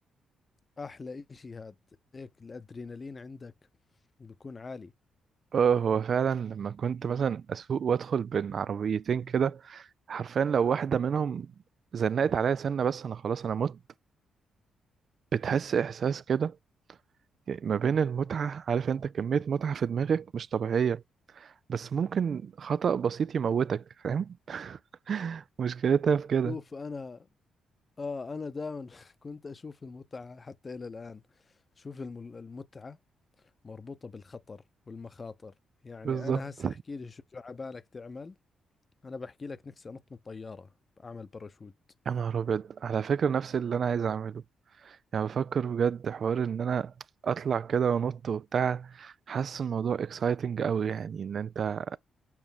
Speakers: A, on the left (about 35°); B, on the right (about 55°).
A: احلى اشي هاد هيك الادرينالين عندك بيكون عالي
B: اه هو فعلا لما كنت مثلا اسوق وادخل بين عربيتين كده حرفيا لو واحدة منهم زنقت عليا سنة بس انا خلاص انا مت بتحس احساس كده يعني ما بين المتعة عارف انت كمية متعة في دماغك مش طبيعية بس ممكن خطأ بسيط يموتك فاهم <laughs> مشكلتها في كده
A: شوف انا اه انا دائما <laughs> كنت اشوف المتعة حتى الى الان شوف الم- المتعة مربوطة بالخطر والمخاطر يعني
B: بالظبط
A: انا هسه احكي لي شو شو عبالك تعمل انا بحكي لك نفسي انط من طيارة اعمل باراشوت
B: يا نهار ابيض على فكرة نفس اللي انا عايز اعمله يعني بفكر بجد حوار ان انا اطلع كده وانط وبتاع حاسس الموضوع اكسايتنج قوي يعني ان انت